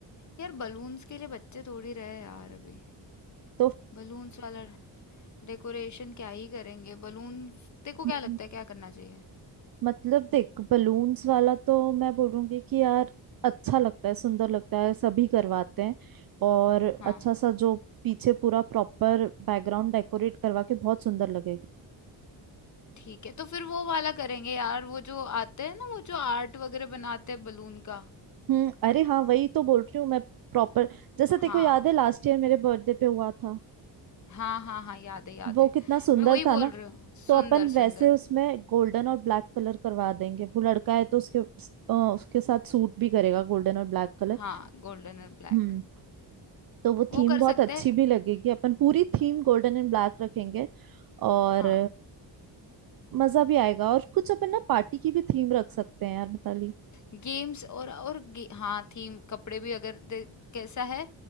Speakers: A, on the left; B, on the right.
A: यार बलून्स के लिए बच्चे थोड़ी रहे यार अभी
B: तो
A: बलून्स वाला डेकोरेशन क्या ही करेंगे बलून तेरे को क्या
B: हम्म।
A: लगता है क्या करना चाहिए
B: मतलब देख बलून्स वाला तो मैं बोलूंगी कि यार अच्छा लगता है सुंदर लगता है सभी करवाते हैं और
A: हाँ
B: अच्छा सा जो पीछे पूरा प्रॉपर बैकग्राउंड डेकोरेट करवा के बहुत सुंदर लगेगा
A: ठीक है तो फिर वो वाला करेंगे यार वो जो आते हैं ना वो जो आर्ट वगैरह बनाते हैं बलून का
B: हम्म अरे हाँ वही तो बोल रही हूँ मैं प्रॉपर जैसे तेको
A: हाँ
B: याद है लास्ट ईयर मेरे बर्थडे पे हुआ था
A: हाँ हाँ हाँ याद है याद
B: वो
A: है
B: कितना सुंदर
A: मैं वही
B: था
A: बोल
B: ना
A: रही हूँ सुंदर
B: तो अपन वैसे
A: सुंदर
B: उसमें गोल्डन और ब्लैक कलर करवा देंगे वो लड़का है तो उसके अ, उसके साथ सूट भी करेगा गोल्डन और ब्लैक कलर
A: हाँ गोल्डन और ब्लैक
B: हम्म तो वो
A: वो
B: थीम
A: कर
B: बहुत
A: सकते
B: अच्छी
A: हैं
B: भी लगेगी अपन पूरी थीम गोल्डन एंड ब्लैक रखेंगे और
A: हाँ
B: मजा भी आएगा और कुछ अपन ना पार्टी की भी थीम रख सकते हैं यार मिताली
A: गेम्स और और गे, हाँ थीम कपड़े भी अगर दे- कैसा है